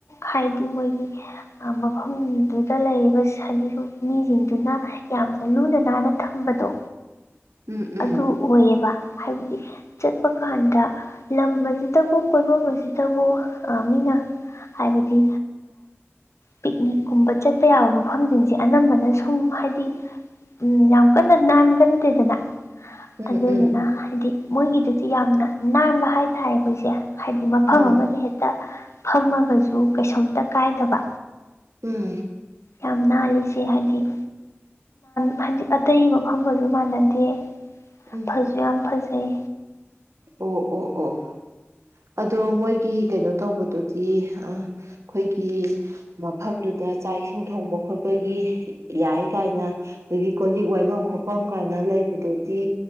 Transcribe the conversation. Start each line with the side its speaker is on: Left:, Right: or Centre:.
Left: ꯍꯥꯏꯗꯤ ꯃꯣꯏꯒꯤ ꯃꯐꯝꯗꯨꯗ ꯂꯩꯔꯤꯕꯗꯤ ꯃꯤꯁꯤꯡꯗꯨꯅ ꯌꯥꯝꯅ ꯂꯨꯅ ꯅꯥꯟꯅ ꯊꯝꯕꯗꯣ
Right: ꯎꯝ ꯎꯝ
Left: ꯑꯗꯨ ꯑꯣꯏꯌꯦꯕ ꯍꯥꯏꯕꯗꯤ ꯆꯠꯄ ꯀꯥꯟꯗ ꯂꯝ ꯑꯁꯤꯗꯕꯨ ꯀꯣꯏꯕ ꯑꯁꯤꯗꯕꯨ ꯑ ꯃꯤꯅ ꯍꯥꯏꯕꯗꯤ ꯄꯤꯛꯅꯤꯛꯀꯨꯝꯕ ꯆꯠꯄ ꯌꯥꯕ ꯃꯐꯝꯁꯤꯡꯁꯦ ꯑꯅꯝꯕꯅ ꯁꯨꯝ ꯍꯥꯏꯗꯤ ꯎꯝ ꯌꯥꯝ ꯀꯟꯅ ꯅꯥꯟꯒꯟꯗꯦꯗꯅ
Right: ꯎꯝ ꯎꯝ
Left: ꯑꯗꯨꯗꯨꯅ ꯍꯥꯏꯗꯤ ꯃꯣꯏꯒꯤꯗꯨꯗꯤ ꯌꯥꯝꯅ ꯅꯥꯟꯕ ꯍꯥꯏꯇꯥꯔꯦ ꯑꯩꯈꯣꯏꯁꯦ ꯍꯥꯏꯗꯤ ꯃꯐꯝ
Right: ꯎꯝ
Left: ꯑꯃꯗ ꯍꯦꯛꯇ ꯐꯝꯃꯒꯁꯨ ꯀꯩꯁꯨꯝꯝꯇ ꯀꯥꯏꯗꯕ
Right: ꯎꯝ
Left: ꯌꯥꯝ ꯅꯥꯜꯂꯤꯁꯦ ꯍꯥꯏꯗꯤ ꯍꯥꯏꯗꯤ ꯑꯇꯩ ꯃꯐꯝꯪꯒꯁꯨ ꯃꯥꯟꯅꯗꯦ
Right: ꯎꯝ
Left: ꯐꯁꯨ ꯌꯥꯝ ꯐꯖꯩ
Right: ꯑꯣ ꯑꯣ ꯑꯣ ꯑꯗꯣ ꯃꯣꯏꯒꯤ ꯀꯩꯅꯣ ꯇꯧꯕꯗꯨꯗꯤ ꯑ ꯑꯩꯈꯣꯏꯒꯤ ꯃꯐꯝꯗꯨꯗ ꯆꯥꯛ ꯏꯁꯤꯡ ꯊꯣꯡꯕ ꯈꯣꯠꯄꯒꯤ ꯌꯥꯏ ꯀꯥꯏꯅ ꯑꯗꯒꯤ ꯀꯣ ꯂꯤꯛ ꯋꯥꯏꯐꯝ ꯈꯣꯐꯝ ꯀꯥꯏꯅ ꯂꯩꯕꯗꯨꯗꯤ